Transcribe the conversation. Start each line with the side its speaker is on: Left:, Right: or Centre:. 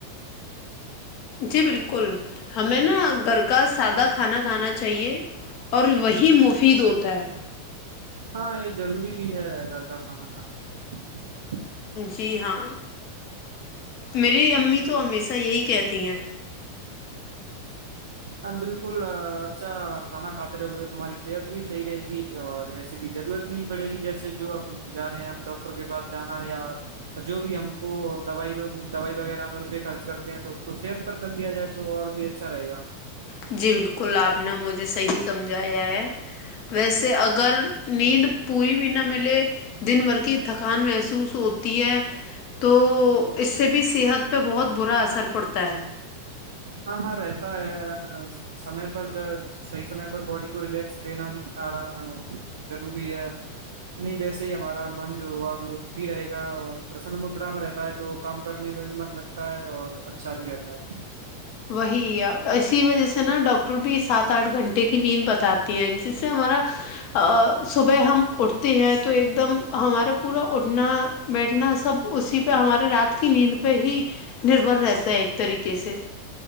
Left: جی بالکل ہمیں نا گھر کا سادہ کھانا کھانا چاہیے اور وہی مفید ہوتا ہے
Right: ہاں یہ ضروری بھی ہے گھر کا کھانا کھانا
Left: جی ہاں میری امی تو ہمیشہ یہی کہتی ہیں
Right: ہم بالکل اچھا کھانا کھاتے رہو تو تمہاری صحت بھی صحیح رہے گی اور ایسے کی ضرورت نہیں پڑے گی جیسے جو اب جا رہے ہیں ہم ڈاکٹر کے پاس جانا یا جو بھی ہم کو دوائی دوائی وغیرہ ہم روپئے خرچ کرتے ہیں تو اس کو صحت پر کر لیا جائے تو اور بھی اچھا رہے گا
Left: جی بالکل آپ نے مجھے صحیح سمجھایا ہے ویسے اگر نیند پوری بھی نہ ملے دن بھر کی تھکان محسوس ہوتی ہے تو اس سے بھی صحت پہ بہت برا اثر پڑتا ہے
Right: ہاں ہاں رہتا ہے سمے پر جو صحیح سمے پر باڈی کو ریلیکس دینا بھی آ رہا ضروری ہے نہیں ویسے ہی ہمارا من جو ہوا وہ دھی رہے گا اور پرسن مدرا میں رہتا ہے تو کام کرنے میں بھی من لگتا ہے اور اچھا بھی رہتا ہے
Left: وہی اسی وجہ سے نا ڈاکٹر بھی سات آٹھ گھنٹے کی نیند بتاتے ہیں جس سے ہمارا صبح ہم اٹھتے ہیں تو ایک ایک دم ہمارا پورا بیھنا بیٹھنا سب اسی پہ ہمارے رات کی نیند پہ ہی نربھر رہتا ہے ایک طریقے سے